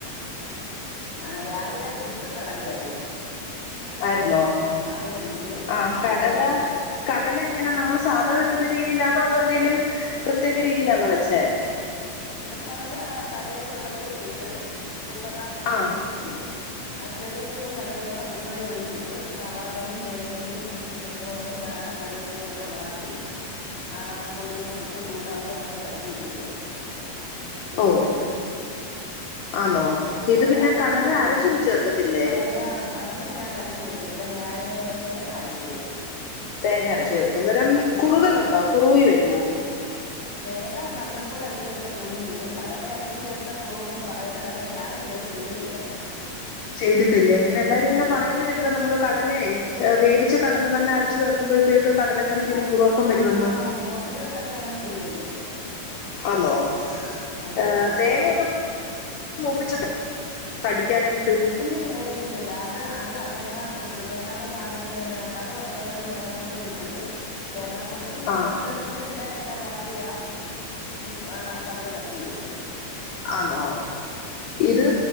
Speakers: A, on the left; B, on the left.
A: ആഹ് രാവിലെ പുട്ടും കടലയായിരുന്നു.
B: ആയിരുന്നോ
A: അത് കഴിച്ച്
B: ആ കടല
A: അത് കഴിച്ച്
B: കടല എങ്ങനെ നമ്മള് സാധ വെക്കുന്ന രീതിയിലാണോ അതോ എന്തേലും പ്രത്യേക രീതിയിലാന്നോ വെച്ചേ
A: കടല തലേന്ന് വെള്ളത്തിലിട്ടിട്ടു കുക്കറിനകത്തിട്ട്
B: ആ
A: വേവിച്ച് ചെറിയ ഉള്ളിയും കടലയും കൂടെ കുക്കർ വേവിച്ചിട്ട് സവാളയും തേങ്ങയും ഇഞ്ചി പച്ചമുളകും കാ കറി. <unintelligible> വാട്ടി ആ പോടിം കൂടി ഇട്ട് ചൂടാവുമ്പോ അതിനകത്ത് തട്ടി ഇട്ടിട്ട് വേവിച്ചെടുക്കും.
B: ഓ ആന്നോ
A: ഒ
B: ഇത്
A: ഒരഞ്ച്
B: പിന്നെ കടല അരച്ചൊന്നും
A: ബിസിൽ
B: ചേർക്കത്തില്ലേ
A: കടല കടല ഞാന ചേർക്കത്തില്ല ഞാന് തേങ്ങ അരച്ച് ചേർക്കും
B: തേങ്ങരച്ച് ചേർക്കും അന്നേരം
A: അത്
B: കുറുകല്ണ്ടോ കുറുകി വരോ.
A: തേങ്ങ നല്ലതുപോലെ അരച്ചു ചേർത്ത കുറുകി വരും കടല അരച്ചു ചേർത്ത കുറുന്ന് പറയുന്നതൊക്കെ ഞാൻ ഇതുവരെ ചെയ്തിട്ടില്ല അങ്ങനെ
B: ചെയ്തിട്ടില്ലേ ഇങ്ങനെ എല്ലാരും
A: ചെയ്തു
B: ഇങ്ങനെ പറയുന്നതേക്ക നമ്മള് കടലേ വേവി വിച്ച കടല് തന്നെ അരച്ചു ചേർക്കുമ്പോഴത്തേക്ക് കടലക്കറിക്കൊരു
A: നല്ല
B: കുറുവാക്കം വരുവെന്ന്
A: ആ ഹോട്ടലുകളിലൊക്കെ അങ്ങനെ ചെയ്യുമെന്ന് തോന്നുന്നു.
B: ആന്നോ
A: അതെ
B: ഏ തേങ്ങൊക്കെ മൂപ്പിച്ചട്ടെ കടിക്കാനായി
A: ഇല്ല ഇല്ല ഇല്ല ഇല്ല ഇല്ല അത് അത് തേങ്ങാ കൊത്ത് തേങ്ങ കൊ ആദ്യമേ തന്നെ കട വറുക്കുന്ന തേങ്ങാ കൊത്തൂട് ട്ടിട്ട് തേങ്ങാ കൊത്തും ഇഞ്ചി
B: ആ
A: വെളുത്തുള്ളി എല്ലാം ഇട്ടാ വാട്ടിയാ ഈ ആ കടല തട്ടിയിട്ന്നത്
B: ആണോ ഇത്